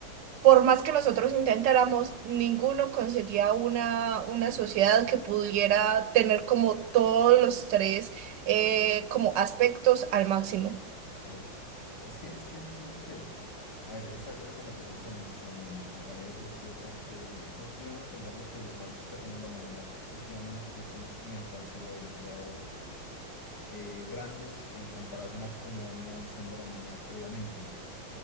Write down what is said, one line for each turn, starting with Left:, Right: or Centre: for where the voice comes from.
Right: por más que nosotros intentáramos, ninguno conseguía una, una sociedad que pudiera tener como todos los tres eh, como aspectos al máximo.
Left: Ok. Es que, es que sí siento que, a ver, esa, esa conversación con, con compañeros surgió porque nos pusimos a pensar de que los avances que ha tenido la humanidad últimamente ciertamente han sido demasiado eh, grandes en comparación a cómo venía avanzando la humanidad previamente.